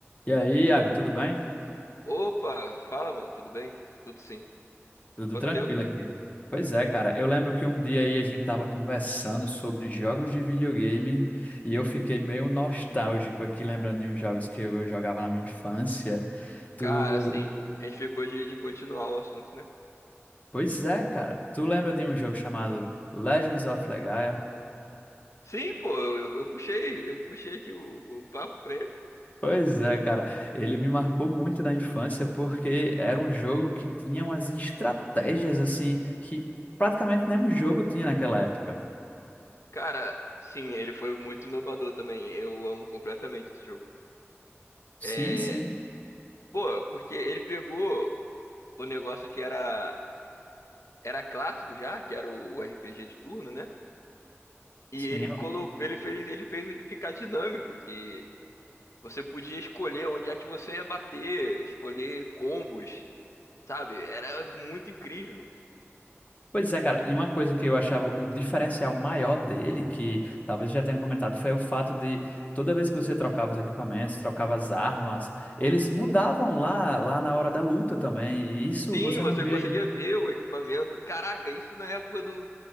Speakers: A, on the left; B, on the left.
A: E aí, Iago, tudo bem?
B: Opa, fala, mano, tudo bem? Tudo sim.
A: Tudo
B: Quanto
A: tranquilo
B: tempo?
A: aqui. Pois é, cara. Eu lembro que um dia aí a gente tava conversando sobre jogos de videogame e eu fiquei meio nostálgico aqui, lembrando de uns jogos que eu jogava na minha infância. Tu.
B: Cara, assim, a gente ficou de, de continuar o assunto, né?
A: Pois é, cara. Tu lembra de um jogo chamado Legends of Legaia?
B: Sim, pô, eu, eu puxei, eu puxei aqui o, o papo pra ele.
A: Pois é, cara. Ele me marcou muito na infância porque era um jogo que tinha umas estratégias assim que praticamente nenhum jogo tinha naquela época.
B: Cara, sim, ele foi muito inovador também. Eu amo completamente esse jogo.
A: Sim,
B: É,
A: sim.
B: pô, porque ele pegou o negócio que era era clássico já, que era o, o RPG de turno, né? E
A: Sim,
B: ele colocou, ele fez, ele fez ficar dinâmico, que você podia escolher onde é que você ia bater, escolher combos sabe? Era muito incrível.
A: Pois é, cara, e uma coisa que eu achava o diferencial maior dele, que talvez eu já tenha comentado, foi o fato de toda vez que você trocava os equipamentos, trocava as armas, eles mudavam lá, lá na hora da luta também, e isso
B: Sim,
A: você
B: você
A: não vê
B: conseguia
A: em-
B: ver o equipamento. Caraca, isso na época do,